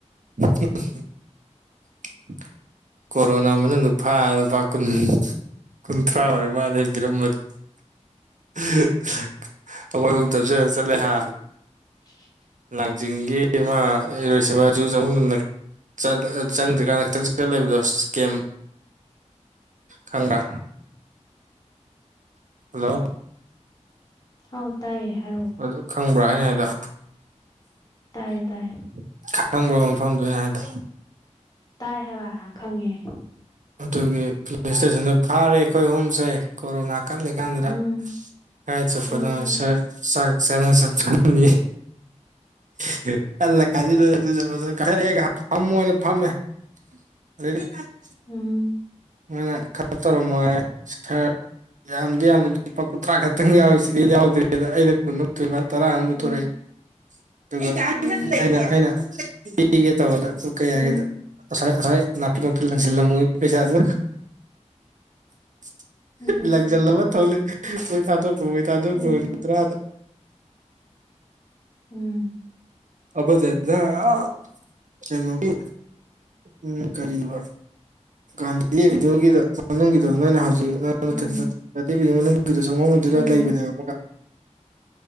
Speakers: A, on the right; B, on the left.
A: <unintelligible> ꯀꯣꯔꯣꯅꯥ ꯃꯅꯨꯡꯗ ꯐꯥ ꯂꯨꯄꯥ ꯀꯨꯟ ꯀꯨꯟꯊ꯭ꯔꯥ ꯑꯣꯏꯔꯃꯥꯜꯂꯦ ꯑꯩ ꯄꯤꯔꯝꯕ <inaudible> <unintelligible> ꯑꯩꯈꯣꯏ ꯑꯍꯨꯝ <unintelligible> ꯆꯠꯂꯦ ꯍꯥ
B: <inaudible>
A: ꯂꯥꯡꯖꯤꯡꯒꯤ ꯑꯃꯥ ꯏꯔꯣꯏꯁꯦꯝꯕ ꯖꯨ ꯆꯪꯕꯝ <unintelligible> ꯆꯪꯗ꯭꯭ꯔꯤꯀꯥꯟꯗ ꯈꯤꯇꯪ ꯆꯪꯖꯤꯜꯂ ꯂꯩꯕꯗꯣ ꯒꯦꯝ ꯈꯪꯕ꯭ꯔ ꯍꯜꯂꯣ
B: ꯍꯥꯎ ꯇꯥꯏꯌꯦ ꯍꯥꯏꯔꯣ
A: ꯑꯗꯨ ꯈꯪꯕ꯭ꯔꯥ ꯑꯩꯅ ꯍꯥꯏꯗꯣ <inaudible>
B: ꯇꯥꯏꯌꯦ ꯇꯥꯏꯌꯦ
A: ꯈꯪꯕ꯭ꯔꯣ ꯃꯐꯝꯗꯣ ꯑꯩꯅ ꯍꯥꯏꯗꯣ
B: ꯇꯥꯏ ꯍꯥꯏꯕ ꯈꯪꯉꯦ
A: ꯑꯗꯨꯒꯤ ꯄꯨꯂꯤꯁ ꯏꯁꯇꯦꯁꯟꯗ ꯐꯥꯔꯦ ꯑꯩꯈꯣꯏ ꯑꯍꯨꯝꯁꯦ ꯀꯣꯔꯣꯅꯥ ꯀꯜꯂꯤ <unintelligible>
B: ꯎꯝ
A: ꯀꯥꯏ ꯆꯠꯄꯗ
B: ꯎꯝ
A: <unintelligible> ꯆꯥꯛ ꯆꯥꯅ ꯆꯠꯄꯅꯤ <unintelligible> ꯐꯝꯃꯨ ꯍꯩꯅ ꯐꯝꯃꯦ <unintelligible>
B: ꯎꯝ
A: ꯃꯣꯏꯅ ꯈꯔ ꯇꯧꯔꯝꯃꯣ ꯍꯥꯏꯌꯦ ꯈꯔ <unintelligible> ꯌꯥꯝꯗꯤ ꯌꯥꯝꯗꯦ ꯂꯨꯄꯥ ꯀꯨꯟꯊ꯭ꯔꯥ ꯈꯛꯇꯪ ꯌꯥꯎꯏ ꯁꯤꯗꯩ ꯍꯦꯟꯅ ꯌꯥꯎꯗ꯭ꯔꯦ <unintelligible> ꯇꯔꯥ ꯑꯝꯃ
B: ꯎꯝ
A: ꯄꯨꯊꯣꯔꯛꯑꯦ ꯑꯗꯨꯒ
B: ꯎꯝ
A: ꯑꯩꯅ ꯑꯩꯅ ꯄꯤꯒꯦ ꯇꯧꯕꯗ ꯑꯗꯨ ꯀꯩ ꯍꯥꯏꯒꯦꯗ
B: ꯎꯝ
A: ꯑꯁꯥꯏ ꯑꯁꯥꯏ ꯅꯥꯄꯤ ꯔꯛꯇ ꯂꯪꯁꯤꯜꯂꯝꯃꯣꯏ ꯄꯩꯁꯥꯗꯨ <inaudible>
B: ꯎꯝ
A: ꯂꯪꯖꯤꯜ ꯂꯝꯃ ꯊꯣꯛꯂꯛꯑꯦ ꯃꯣꯏ ꯊꯥꯗ <unintelligible>
B: ꯎꯝ ꯎꯝ
A: <unintelligible> ꯑꯥ ꯀꯩꯅꯣꯒꯤ ꯎꯝ ꯀꯔꯤꯕ ꯒꯥꯟꯙꯤ ꯑꯦꯕꯤꯌꯨꯅꯤꯒꯤꯗ ꯃꯅꯨꯡꯒꯤꯗ ꯅꯣꯏꯅ ꯍꯧꯖꯤꯛ <unintelligible>
B: ꯎꯝ
A: ꯑꯗꯨꯗ
B: ꯎꯝ
A: ꯂꯩꯕꯅꯦꯕ